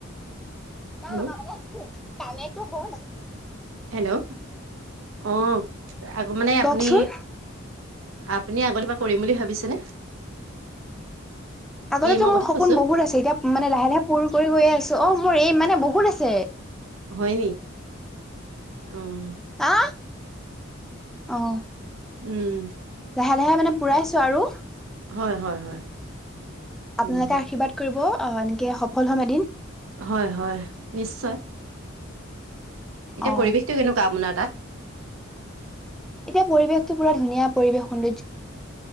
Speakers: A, in the centre; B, on the right.
A: ন
B: হেল্ল'
A: আমাৰ মানে কানতো হল।
B: হেল্লো' অহ আগত মানে আপুনি।
A: কওকচোন
B: আপুনি আগতে কিবা কৰিম বুলি ভাবিছেনে।
A: আগতেতো
B: এই মই
A: মোৰ
B: কথা
A: সপোন
B: কৈছো
A: বহুত আছে এতিয়া মানে লাহে লাহে পূুৰণ কৰি গৈ আছো অ মোৰ এম মানে বহুত আছে।
B: হয় নি উম।
A: আ অহ।
B: উম।
A: লাহে লাহে মানে পূৰাইছো আৰু।
B: হয় হয় হয়। উম
A: আপোনালোকে আশীৰ্বাদ কৰিব অহ এনেকে সফল হ'ম এদিন।
B: হয় হয় নিশ্চয়। এতিয়া
A: অ
B: পৰিৱেশটো কেনেকুৱা আপোনাৰ তাত।
A: এতিয়া পৰিৱেশতো পুৰা ধুনীয়া পৰিৱেশ সৌন্দৰ্য।